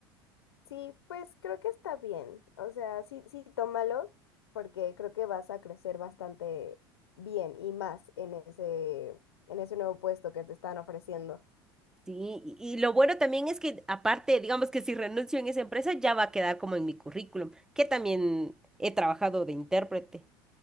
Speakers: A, on the left; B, in the centre.
A: Sí, pues creo que está bien. O sea, sí, sí, tómalo, porque creo que vas a crecer bastante bien y más en ese, en ese nuevo puesto que te están ofreciendo.
B: Sí, y y lo bueno también es que aparte, digamos que si renuncio en esa empresa ya va a quedar como en mi currículum, que también he trabajado de intérprete.